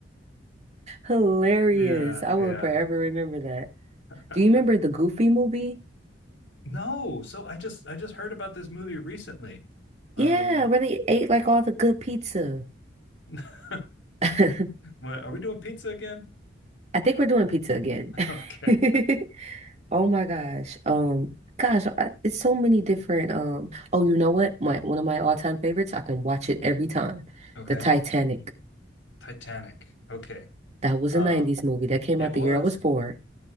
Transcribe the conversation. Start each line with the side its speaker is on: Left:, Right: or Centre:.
Right: Hilarious.
Left: <laughs> yeah,
Right: I will
Left: yeah.
Right: forever remember that.
Left: <laughs>
Right: Do you remember the Goofy movie?
Left: No, so I just I just heard about this movie recently.
Right: Yeah,
Left: Um
Right: where they ate like all the good pizza.
Left: <laughs> what,
Right: <laughs>
Left: are we doing pizza again?
Right: I think we're doing pizza again.
Left: <laughs> Okay.
Right: <laughs> Oh my gosh. Um, gosh, I, it's so many different um oh, you know what? My one of my all-time favorites, I can watch it every time.
Left: Okay.
Right: The Titanic.
Left: Titanic. Okay.
Right: That was
Left: Uh
Right: a 90s movie that came
Left: it
Right: out
Left: was
Right: the year I was born.